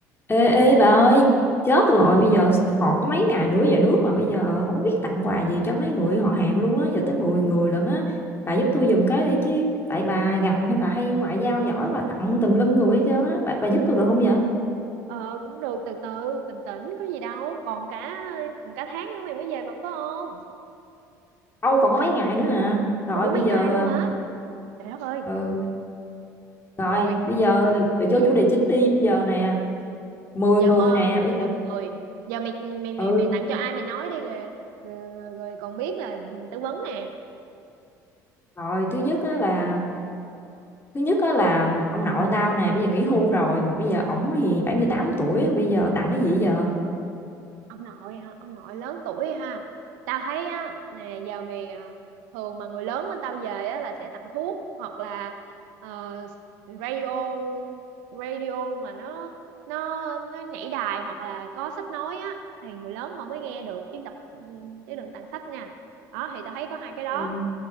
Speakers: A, on the left; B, on the right.
A: Ê, ê bà ơi chết rồi bây giờ còn có mấy ngày nữa về nước mà bây giờ không biết tặng quà gì cho mấy người họ hàng luôn á giờ tới 10 người lận á bà giúp tôi giùm cái đi chứ tại
B: À.
A: bà gành hay bà hay ngoại giao giỏi bà tặng tùm lum người hết trơn á bà, bà giúp tôi được không vậy
B: ờ cũng được từ từ bình tĩnh có gì đâu còn cả còn cả tháng nữa mày mới về mà phải không
A: Âu còn có mấy ngày nữa à rồi
B: ủa
A: bây
B: mấy
A: giờ
B: ngày luôn hả trời đất ơi
A: ừ, rồi
B: rồi
A: bây giờ
B: <clears throat>
A: vô chủ đề chính đi bây giờ nè 10
B: giờ
A: người
B: mà
A: nè bây
B: mười
A: giờ
B: người giờ mày mày mày
A: ừ
B: mày tặng cho ai mày nói đi rồi rồi, rồi còn biết là tư vấn nè
A: rồi thứ nhất á là thứ nhất á là ông nội tao nè bây giờ nghỉ hưu rồi mà bây giờ ổng thì bảy mươi tám tuổi bây giờ tặng cái gì giờ
B: Ờ, ông nội hả ông nội lớn tuổi ha tao thấy á nè giờ mày à, thường mà người lớn bên tao về á là sẽ tặng thuốc hoặc là ờ, radio radio mà nó nó nó nhảy đài hoặc là có sách nói á thì người lớn họ mới nghe được chứ đọc chứ đừng tặng sách nha đó thì tao thấy có hai cái đó
A: Ừ.